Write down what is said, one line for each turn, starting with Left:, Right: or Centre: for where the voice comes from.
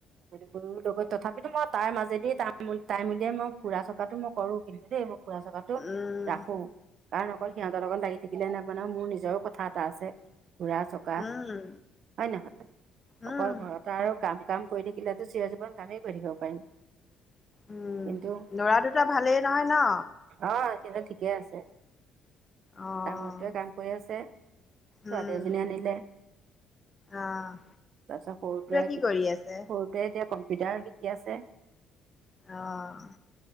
Right: গৰু লগত তথাপিতো মই তাৰ মাজেদি তাম উ টাইম উলিয়াই মই ফুৰা চকাটো মই কৰো কিন্তু দেই ফুৰা চকাটো
Left: উম,
Right: ৰাখোঁ। কাৰণ অকল সিহঁতৰ লগত লাগি থাকিলে নহ'ব ন নহয় মোৰ নিজৰো কথা আছে । ঘূৰা-চকা,
Left: উম,
Right: হয় নহয়?
Left: উম,
Right: অকল ঘৰত আৰু কাম কাম কৰি থাকিলেটো চিৰজীৱন কামেই কৰি থাকিব পাৰিম।
Left: উম!
Right: কিন্তু
Left: লৰা দুটা ভালেই নহয় ন?
Right: অ সিহঁতে ঠিকে আছে।
Left: অ',
Right: ডাঙৰটোৱে কাম কৰি আছে
Left: উম,
Right: ছোৱালী এজনী আনিলে।
Left: অ',
Right: তাৰপিছত সৰুটোৱে,
Left: কি কৰি আছে?
Right: সৰুটোৱে এতিয়া কম পিতাৰ শিকি আছে।
Left: আহ!